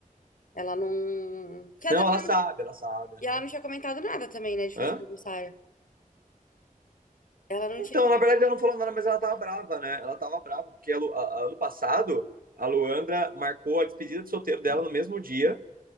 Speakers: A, on the left; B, on the right.
A: ela não. Que ela
B: Não,
A: também
B: ela sabe,
A: não-
B: ela sabe. aham.
A: E ela não tinha comentado nada também, né, de
B: Hã?
A: fazer aniversário. Ela não
B: Então,
A: tinha comentado.
B: na verdade, ela não falou nada, mas ela tava brava, né? Ela tava brava, porque a Lu- a- a- ano passado, a Luandra marcou a despedida de solteiro dela no mesmo dia.